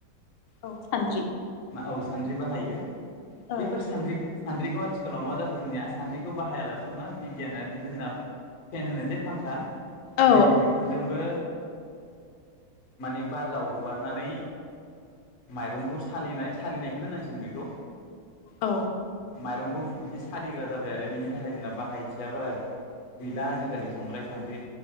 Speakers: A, on the left; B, on the left.
A: औ सानद्रि
B: मा औ सानद्रि बाहायो।
A: औ
B: बैफोर सानद्रि सानद्रिखौ हा आथिखालाव मा जाखो जोंनिया आसान्थिखौ बाहायालासे मा बिगियाना दिहुननो जोंना फेन होनो जे फांखा
A: औ
B: नै बेफोरजोंबो माने बाराव हगारनानै माइरंखौ स सालिनाय सालिनायखौनो नांसिग बेखौ।
A: औ।
B: माइरंखौ बिदि सालिग्रा जाबाय आरो बिनि थाखाय जोंना बाहायथिया बारा गैला आजिखालि संग्राय -सान्द्रि